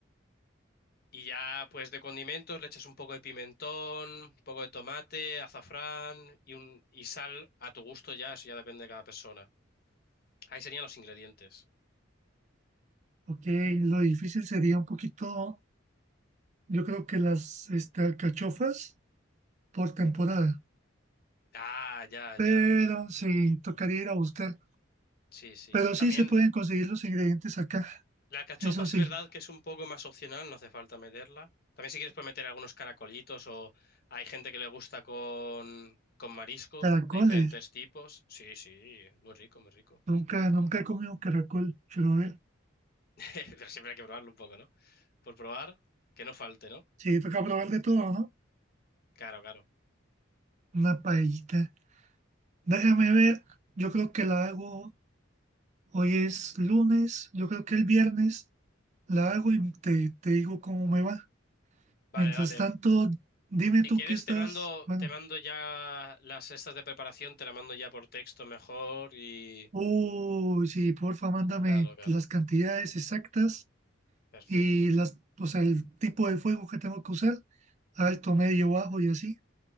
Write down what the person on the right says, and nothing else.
Ok, lo difícil sería un poquito Yo creo que las este, alcachofas por temporada,
pero
sí, tocaría ir a buscar.
Pero
sí se pueden conseguir los ingredientes acá,
eso
sí,
caracoles.
Nunca, nunca he comido caracol, pero a ver,
sí, toca probar de todo, ¿no?
Una paellita. Déjame ver, yo creo que la hago, hoy es lunes, yo creo que el viernes la hago y te, te digo cómo me va.
Mientras
tanto, dime
tú
qué estás,
bueno.
Uy, sí, porfa, mándame
las cantidades exactas
y las, o sea, el tipo de fuego que tengo que usar, alto, medio, bajo y así.